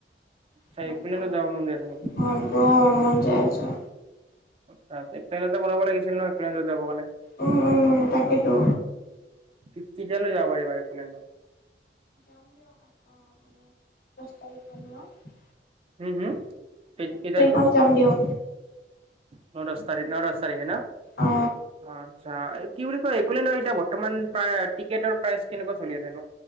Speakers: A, on the right; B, on the left.
A: চ
B: ইমান
A: কুল
B: গৰম
A: ন যাবা মন্দিৰ <unintelligible>
B: মনবোৰৰ মন যায় আৰু।
A: আচ্ছা তে প্লেট এটা বনাব লাগিছিল ন কেত <unintelligible> যাব কাৰণে।
B: উম- উম তাকেইতো।
A: কি কেতিয়ালৈ যাব পাৰিবা <unintelligible> বাৰ কোলে ন
B: তাই পন <inaudible>
A: উম হম কটাৰছে
B: মানে যাম দিয়ক
A: <unintelligible> ন দহ তাৰিখে ন দছ তাৰিখে ন।
B: অ
A: আচ্ছা। কি বুলি কয় একোলেন্দৰ এতিয়া বৰ্তমান প্ৰায় টিকেটৰ প্ৰাইচ কেনেকুৱা চলি আছে নো।